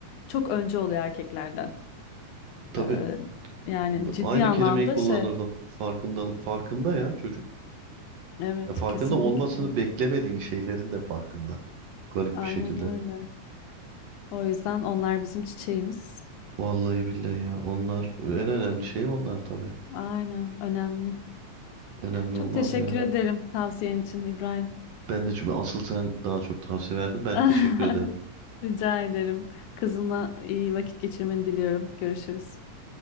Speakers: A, on the left (about 75°); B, on the right (about 60°).
A: çok önce oluyor erkeklerden.
B: Tabii.
A: E, yani
B: B-
A: ciddi
B: Aynı
A: anlamda
B: kelimeyi kullanırdım.
A: şey.
B: Farkındalık farkında ya çocuk.
A: Evet,
B: Ya farkında
A: kesinlikle.
B: olmasını beklemediğin şeylerin de farkında. Garip
A: Aynen
B: bir şekilde.
A: öyle. O yüzden onlar bizim çiçeğimiz.
B: Vallahi billahi ya. Onlar en önemli şey onlar tabii.
A: Aynen, önemli.
B: Önemli
A: Çok
B: olmaz
A: teşekkür
B: mı ya?
A: ederim tavsiyen için İbrahim.
B: Ben de çünkü asıl sen daha çok tavsiye verdin. Ben
A: <laughs>
B: teşekkür ederim.
A: Rica ederim. Kızına iyi vakit geçirmeni diliyorum. Görüşürüz.